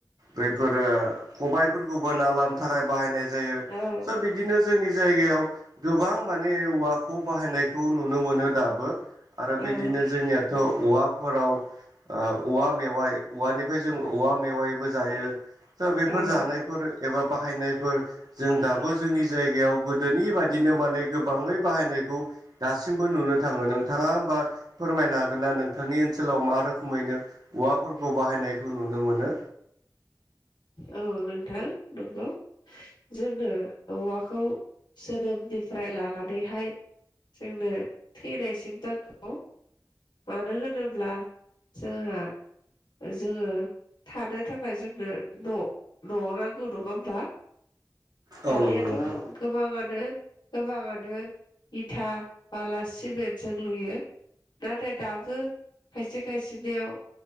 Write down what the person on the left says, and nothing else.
औ
औ
औ
औ नोंथां नंगौ। जोंनो औवाखौ जोनोमनिफ्राय लानानैहाय जोंनो थैनायसिम नांगौ। मानो होनोब्ला जोंहा जोङो थानो थाखाय जोंनो न' न' नांगौ नङा होमब्ला?
दानियाथ'
गोबाङानो गोबाङानो इथा बाला सिमेन्टजों लुयो। नाथाय दाबो खायसे खायसेनियाव